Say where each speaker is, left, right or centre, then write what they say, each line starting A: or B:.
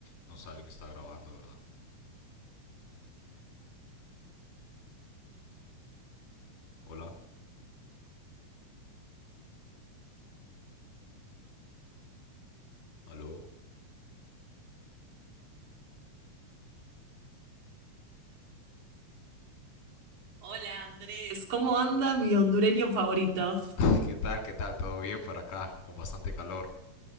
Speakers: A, on the left (about 85°); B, on the right (about 75°).
A: No sale que está grabando, ¿verdad? Hola, aló.
B: Hola Andrés, ¿cómo anda mi hondureño favorito?
A: <laughs> ¿Qué tal? ¿Qué tal? ¿Todo bien por acá? Con bastante calor.